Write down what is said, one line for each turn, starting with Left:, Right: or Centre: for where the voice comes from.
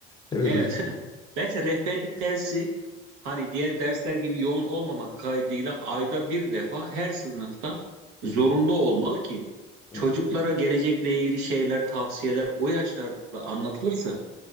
Left: Evet
Right: evet
Left: hocam.
Right: <laughs> bence rehberlik dersi hani diğer dersler gibi yoğun olmamak kaydıyla ayda bir defa her sınıfta zorunlu
Left: Hı hı.
Right: olmalı ki
Left: Evet.
Right: çocuklara gelecekle ilgili şeyler, tavsiyeler o yaşlarda anlatılırsa